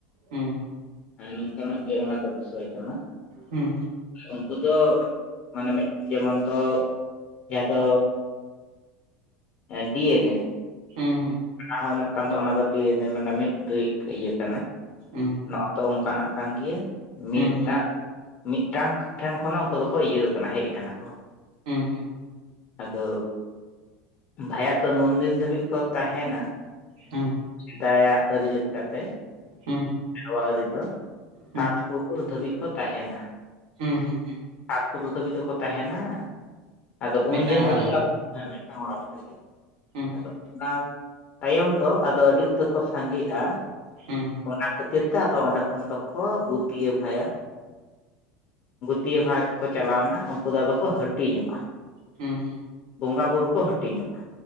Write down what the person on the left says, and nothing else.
ᱦᱮ ᱱᱚᱝᱠᱟᱱᱟᱜ ᱜᱮ ᱚᱱᱟ ᱫᱚ ᱵᱤᱥᱚᱭ ᱠᱟᱱᱟ
ᱩᱱᱠᱩ ᱫᱚ ᱢᱟᱱᱮ ᱢᱤᱫ ᱡᱮᱢᱚᱱ ᱫᱚ ᱡᱟᱦᱟᱸ ᱫᱚ ᱮ ᱰᱤᱮᱱᱮ
ᱦᱚᱸ ᱢᱤᱫᱴᱟᱝ ᱫᱚ ᱚᱱᱟ ᱫᱚ ᱰᱤᱮᱱᱮ ᱢᱟᱱᱮ ᱢᱤᱫ ᱜᱤ ᱤᱭᱟᱹ ᱠᱟᱱᱟ
ᱱᱚᱣᱟᱛᱚ ᱚᱱᱠᱟᱱᱟᱜ ᱠᱟᱱ ᱜᱮᱭᱟ ᱢᱤᱫᱴᱟᱝ
ᱢᱤᱫᱴᱟᱝ ᱴᱷᱮᱱ ᱠᱷᱚᱱ ᱟᱠᱠᱩ ᱫᱚᱠᱚ ᱤᱭᱟᱹ ᱠᱟᱱᱟ ᱦᱮᱡ ᱟᱠᱟᱱᱟ ᱠᱚ
ᱟᱫᱚ ᱵᱷᱟᱭᱟᱛ ᱫᱚ ᱱᱩᱱᱫᱤᱱ ᱫᱷᱟᱹᱵᱤᱡ ᱠᱚ ᱛᱟᱦᱮᱱᱟ
ᱥᱮᱫᱟᱭᱟᱜ ᱟᱹᱨᱤ ᱞᱮᱠᱟᱛᱮ
ᱥᱮᱨᱣᱟ ᱟᱹᱨᱤ ᱫᱚ ᱥᱟᱛ
ᱯᱩᱨ ᱫᱷᱟᱹᱵᱤᱡ ᱠᱚ ᱛᱟᱦᱮᱱᱟ᱾
ᱥᱟᱛ ᱯᱩᱨᱟᱹ ᱫᱷᱟᱹᱵᱤᱡ ᱫᱚᱠᱚ ᱛᱟᱦᱮᱱᱟ ᱟᱫᱚ
ᱩᱱᱫᱤᱱ
ᱫᱷᱟᱹᱵᱤᱡ
ᱫᱚ ᱦᱮᱸ ᱢᱤᱫᱴᱟᱝ ᱚᱲᱟᱜ ᱞᱮᱠᱟᱜ ᱜᱮ
ᱟᱫᱚ ᱚᱱᱟ ᱛᱟᱭᱚᱢ ᱫᱚ ᱟᱫᱚ ᱟᱹᱰᱤ ᱩᱛᱟᱹᱨ ᱠᱚ ᱥᱟᱸᱜᱮᱜᱼᱟ
᱾ᱚᱱᱟ ᱠᱷᱟᱹᱛᱤᱨ ᱛᱮ ᱟᱫᱚ ᱚᱸᱰᱮ ᱠᱷᱚᱱ ᱫᱚᱠᱚ ᱜᱩᱯᱤᱭᱟᱹ ᱵᱷᱟᱭᱟ ᱯᱤᱭᱟᱹ ᱵᱷᱟᱛ ᱠᱚ ᱪᱟᱞᱟᱣ ᱮᱱᱟ ᱩᱱᱠᱩ ᱫᱚ ᱟᱫᱚ ᱠᱚ ᱦᱟᱹᱴᱤᱧᱚᱜᱼᱟ᱾
ᱵᱚᱸᱜᱟ ᱵᱩᱨᱩ ᱠᱚ ᱦᱟᱹᱴᱤᱧᱚᱜᱼᱟ᱾